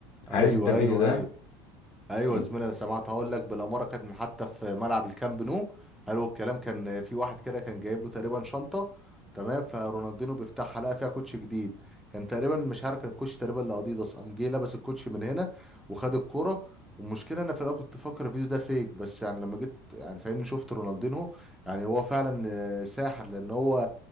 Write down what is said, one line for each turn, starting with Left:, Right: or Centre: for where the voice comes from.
Left: عارف
Centre: ايوه
Left: انت الفيديو
Centre: ايوه
Left: ده
Centre: ايوه ايوه
Left: إن-
Centre: يا زميلي انا سمعت هقول لك بالاماره كانت من حتى في ملعب الكامب نو قالوا الكلام كان في واحد كده كان جايب له تقريبا شنطه تمام فرونالدينو بيفتحها لقى فيها كوتش جديد كان تقريبا مش عارف كان الكوتش تقريبا لاديداس قام جه لبس الكوتش من هنا وخد الكوره والمشكله انا في الاول كنت فاكر الفيديو ده فيك بس يعني لما جيت يعني فاهمني شفت رونالدينو يعني هو فعلا آه، ساحر لان هو